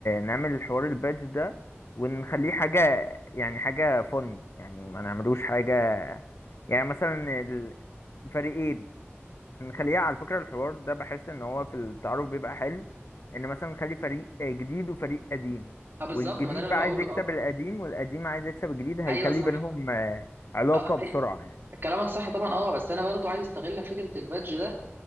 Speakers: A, on the left; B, on the right.
A: نعمل حوار البادج ده ونخليه حاجة يعني حاجة فن يعني ما نعملوش حاجة يعني مثلا الفريقين نخليها على فكرة الحوار ده بحس ان هو في التعارف بيبقى حلو ان مثلا نخلي فريق جديد وفريق قديم
B: آه، بالظبط
A: والجديد
B: ما ده اللي
A: بقى
B: انا
A: عايز
B: بقوله
A: يكسب
B: اه
A: القديم والقديم عايز يكسب الجديد هيخلي
B: ايوه صح
A: بينهم آه، علاقة
B: آه، آه،
A: بسرعة يعني
B: كلامك صح طبعا اه بس انا برضو عايز استغل فكره البادج ده